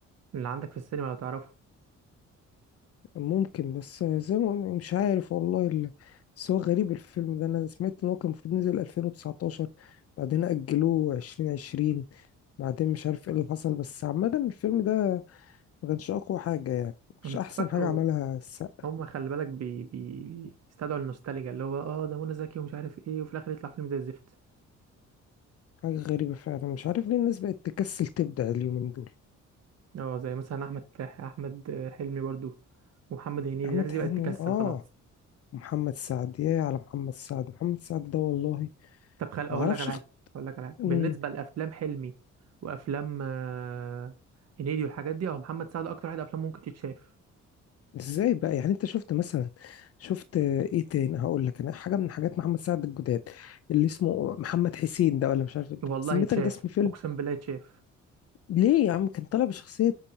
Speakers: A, on the right; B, on the left.
A: اللي عندك في السينما لو تعرفه
B: ممكن بس زي ما قلنا مش عارف والله ال- بس هو غريب الفيلم ده انا سمعت ان هو كان المفروض نزل 2019 بعدين أجلوه 2020 بعدين مش عارف ايه اللي حصل بس عامة الفيلم ده ما كانش أقوى حاجة يعني مش
A: انا كنت
B: أحسن
A: فاكره
B: حاجة عملها السقا
A: هم خلي بالك بي... بي... بيستدعوا النوستالجيا اللي هو اه ده منى زكي ومش عارف ايه وفي الاخر يطلع فيلم زي الزفت
B: حاجة غريبة فعلا مش عارف ليه الناس بقت تكسل تبدع اليومين دول
A: اه زي مثلا احمد احمد حلمي برضو ومحمد هنيدي
B: أحمد
A: الناس دي
B: حلمي
A: بقت تكسل
B: آه
A: خلاص
B: محمد سعد يا على محمد سعد محمد سعد ده والله
A: طب خل اقول
B: معرفش
A: لك على
B: اخت...
A: حاجه اقول لك على حاجه
B: مم،
A: بالنسبه لافلام حلمي وافلام آه، هنيدي والحاجات دي اه محمد سعد اكتر واحد افلامه ممكن تتشاف
B: ازاي بقى يعني انت شفت مثلا شفت آه، ايه تاني هقول لك انا حاجة من حاجات محمد سعد الجداد اللي اسمه محمد حسين ده ولا مش عارف إيه.
A: والله
B: سميتك
A: يتشاف
B: ده اسم فيلم
A: اقسم بالله يتشاف
B: ليه يا عم كان طالع بشخصية